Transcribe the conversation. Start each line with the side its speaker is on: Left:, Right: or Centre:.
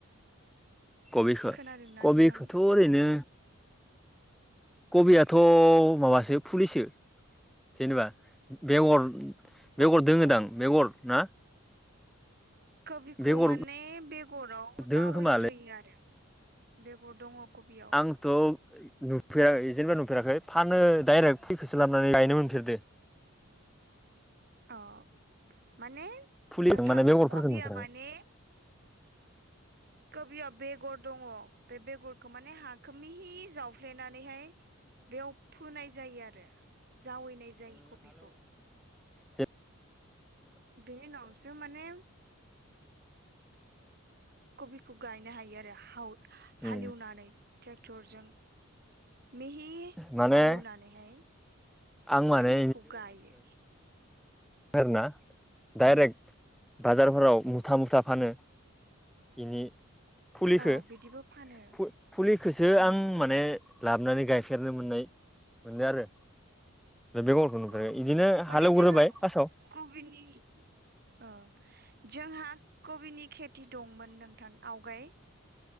Centre: कबिखो
Right: खोनादोंना
Centre: कबिखोथ
Right: नोंथां
Centre: ओरैनो कबियाथ माबासो फुलिसो जेनेबा बेगर बेगर
Right: कबिखौ
Centre: दोङोदां बेगर ना?
Right: कबिखौ
Centre: बेगर
Right: माने बेगराव
Centre: दोङो
Right: जावैग्रोयो
Centre: खोमालै
Right: आरो बेगर दङ कबियाव
Centre: आंथ' नुफेराखै जेनेबा नुफेराखै फानो डाइरेक्ट फुलिखोसो लाबनानै गायनो मोनफेरदो <inaudible>
Right: औ माने
Centre: फुलि
Right: नोंथां
Centre: माने बेगरफोरखौ
Right: कबिया
Centre: नुफेराखै
Right: माने कबियाव बेगर दङ' बे बेगरखौ माने हाखो मिहि जावफ्लेनानैहाय बेयाव फोनाय जायो आरो जावैनाय जायो कबिखौ
Centre: जे
Right: बे उनावसो माने कबि बखौ गायनो हायो आरो हावल हालेवनानै
Centre: उम
Right: ट्रेक्टरजों मेहि
Centre: माने
Right: हालेवनानैहाय
Centre: आं माने
Right: फुलिखौ गायो
Centre: ना डाइरेक्ट
Right: उम
Centre: बाजारफोराव मुथा मुथा फानो इनि फुलिखो
Right: औ बिदिबो फानो
Centre: फु फुलिखोसो आं
Right: उम
Centre: माने लाबोनानै गायफेरनो मोननाय मोनदो आरो बे बेगरखौ नुफेराखै
Right: औ
Centre: इदिनो
Right: माने
Centre: हालेवग्रोबाय
Right: जोंहा
Centre: फार्स्टआव
Right: कबिनि ओ जोंहा कबिनि खेथि दंमोन नोंथां आवगाय